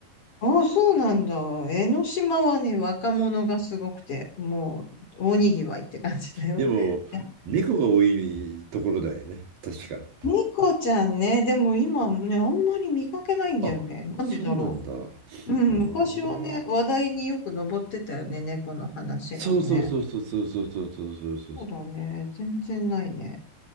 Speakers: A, on the left; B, on the right.
A: ああ、そうなんだ。江ノ島はね、若者がすごくて、もう、大にぎわいって感じだよ。
B: でも、
A: <laughs>
B: 猫が多いところだよね、確か。
A: 猫ちゃんね、でも今ね、あんまり見かけないんだよね。
B: あ、そうなんだ。
A: なんでだろ
B: あー
A: う。うん、昔はね、話題によく上ってたよね、猫の話がね。
B: そうそうそうそうそうそうそうそうそうそう。
A: そうだね、全然ないね。